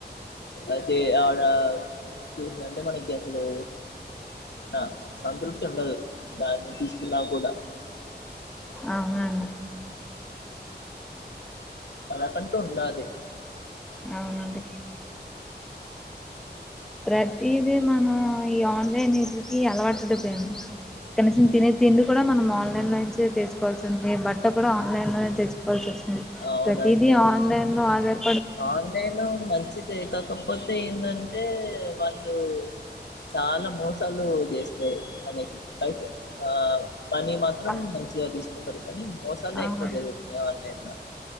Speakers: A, on the left; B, in the centre.
A: అయితే ఆవిడ చూసిందంటే మనకి అసలు ఆ సంతృప్తి ఉండదు దాన్ని తీసుకున్నా కూడా
B: అవునండి
A: మనకంటు ఉండాలి
B: అవునండి ప్రతిది మనం ఈ ఆన్లైన్ వీటికి అలవాటు కనీసం తినే తిండి కూడా మనం ఆన్లైన్ లో నుంచి తెచ్చుకోవాల్సింది మీ బట్ట కూడా ఆన్లైన్లోనే తెచ్చుకోవాల్సి వస్తుంది
A: అవునండి
B: ప్రతీదీ ఆన్లైన్లో ఆధార్
A: ఆన్లైన్ మంచిదే కాకపోతే ఏమాంటే వాళ్ళు చాలా మోసాలు చేసు
B: ఆ
A: మనకి పైస ఆ మనీ మాత్రం
B: ప
A: మంచిగా తీసుకుంటారు కానీ మోసాలే
B: అవును
A: ఎక్కువ జరుగుతాయి మీ అన్లెన్ లో